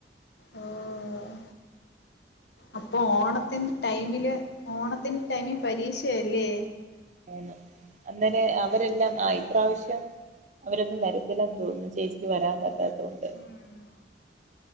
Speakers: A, on the left; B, on the right.
A: ഓഹ് അപ്പൊ ഓണത്തിന്റ ടൈമില് ഓണത്തിൻ ടൈമി പരീക്ഷയല്ലേ
B: ആന്ന് അന്നെരെ അവരെല്ലാം ആ ഇപ്രാവശ്യം അവരൊന്നും വരത്തില്ലാന്ന് തോന്നുന്നു ചേച്ചിക്ക് വരാൻ പറ്റാത്തോണ്ട്
A: ഉം